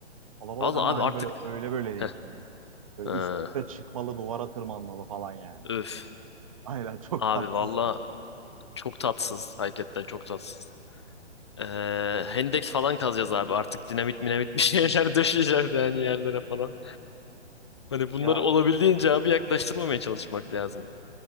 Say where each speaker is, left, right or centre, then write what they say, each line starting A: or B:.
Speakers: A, on the right; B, on the left.
A: Kalabalık
B: Valla
A: ama
B: abi
A: hani
B: artık
A: böyle öyle böyle değil
B: heh,
A: hani. Böyle
B: ee,
A: üst üste çıkmalı, duvara tırmanmalı falan yani.
B: üf.
A: Aynen <laughs> çok
B: Abi
A: tatsız.
B: valla çok tatsız. Hakikaten çok tatsız. Ee, hendek falan kazacağız abi. Artık dinamit minamit bir şeyler <laughs> döşeyeceğiz yani yerlere falan. Hani bunları
A: Ya
B: olabildiğince abi yaklaştırmamaya çalışmak lazım.